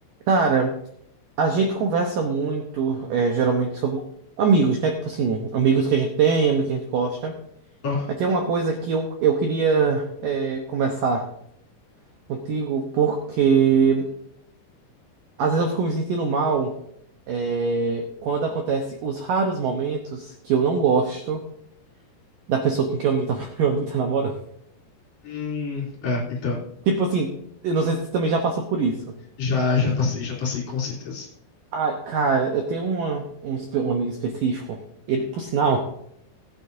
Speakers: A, on the right; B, on the left.
A: Cara, a gente conversa muito, é, geralmente, sobre amigos, né? Tipo assim, amigos que a gente tem, amigos que a gente gosta.
B: Ah,
A: Mas tem uma coisa que eu, eu queria, é, começar contigo, porque às vezes eu fico me sentindo mal, é, quando acontece os raros momentos que eu não gosto da pessoa com quem eu amigo tá, <laughs> meu amigo tá namorando.
B: Hum, é, então.
A: Tipo assim, eu não sei se você também já passou por isso.
B: Já, já passei, já passei com certeza.
A: Ai, cara, eu tenho uma, um, espe- um amigo específico, ele, por sinal.